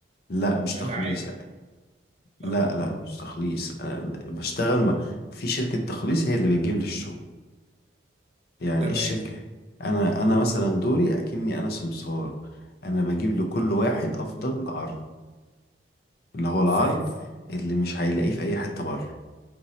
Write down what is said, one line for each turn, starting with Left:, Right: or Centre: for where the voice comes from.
Left: لا مش
Right: انا
Left: تخليص
Right: عارف
Left: لا
Right: اه
Left: لا مش تخليص أنا بشتغل مع في شركة تخليص هي اللي بتجيب لي الشغل يعني
Right: تمام
Left: الشركة أنا أنا مثلا دوري أكني أنا سمسار أنا بجيب لكل واحد أفضل عرض اللي هو العرض
Right: فاهم
Left: اللي مش هيلاقيه في اي حتة بره